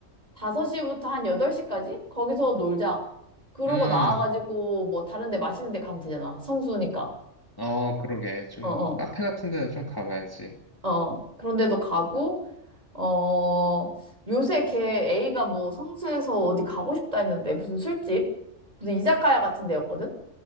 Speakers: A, on the right (about 30°); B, on the left (about 15°).
A: 5시부터 한 8시까지? 거기서 놀자. 그러고
B: 음,
A: 나와가지고 뭐 다른 데 맛있는 데 가면 되잖아. 성수니까.
B: 어, 그러게. 좀
A: 어, 어,
B: 카페 같은 데는 좀 가봐야지.
A: 어. 그런 데도 가고, 어, 요새 걔 A가 뭐 성수에서 어디 가고 싶다 했는데 무슨 술집? 무슨 이자카야 같은 데였거든?